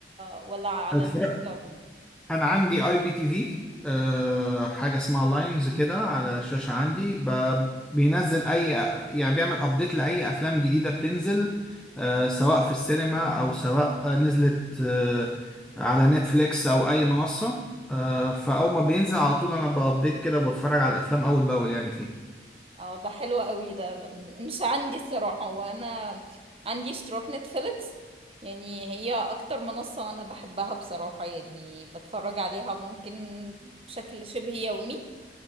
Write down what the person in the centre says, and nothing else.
هي
انا عندي اي بي تي في آه، حاجه اسمها لاينز كده على الشاشه عندي ب- بينزل اي يعني بيعمل ابديت لاي افلام جديده بتنزل آه، سواء في السينما او سواء آه، نزلت آه، على نتفليكس او اي منصه آه، فاول ما بينزل على طول انا بابديت كده وبتفرج على الافلام اول باول يعني فيه